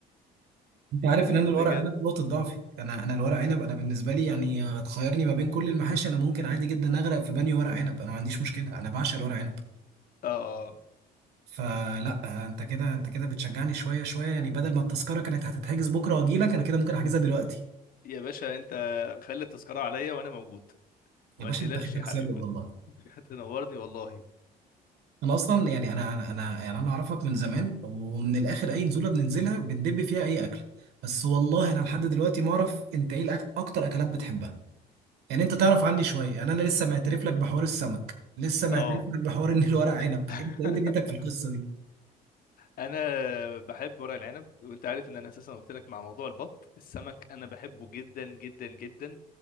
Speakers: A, on the right (about 75°); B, on the left (about 60°).
A: انت عارف ان انا الورق
B: بجد
A: عنب نقطه ضعفي انا انا الورق عنب انا بالنسبه لي يعني تخيرني ما بين كل المحاشي انا ممكن عادي جدا اغرق في بانيو ورق عنب انا ما عنديش مشكله انا بعشق الورق عنب
B: آه آه.
A: فلا انت كده انت كده بتشجعني شويه شويه يعني بدل ما التذكره كانت هتتحجز بكره واجي لك انا كده ممكن احجزها دلوقتي
B: يا باشا أنت خلي التذكرة عليا وأنا موجود ما
A: يا باشا
B: تقلقش
A: انت فيك
B: يا حبيبي
A: سابق والله
B: <laughs> هتنورني والله
A: انا اصلا يعني انا انا انا يعني انا اعرفك من زمان ومن الاخر اي نزوله بننزلها بندب فيها اي اكل بس والله انا لحد دلوقتي ما اعرف انت ايه الأك... اكتر اكلات بتحبها يعني انت تعرف عني شويه يعني انا لسه معترف لك بحوار السمك لسه معترف
B: اه
A: لك بحوار ان الورق عنب
B: <laughs>
A: انت ايه دنيتك في القصه دي
B: انا بحب ورق العنب وانت عارف ان انا اساسا قلت لك مع موضوع البط السمك انا بحبه جدا جدا جدا